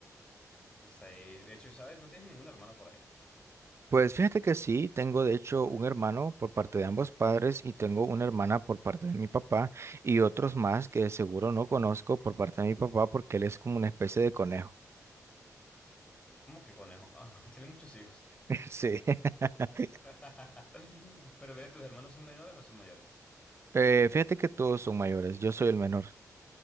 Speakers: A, on the left; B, on the right.
A: O sea, y de hecho, ¿sabes? No tienes ningún hermano por ahí.
B: Pues fíjate que sí, tengo de hecho un hermano por parte de ambos padres y tengo una hermana por parte de mi papá y otros más que seguro no conozco por parte de mi papá porque él es como una especie de conejo.
A: ¿Cómo que conejo? <laughs> Ah, tienes muchos hijos.
B: <laughs> Sí. <laughs>
A: <laughs> Pero mira, ¿tus hermanos son menores o son mayores?
B: Eh, fíjate que todos son mayores, yo soy el menor.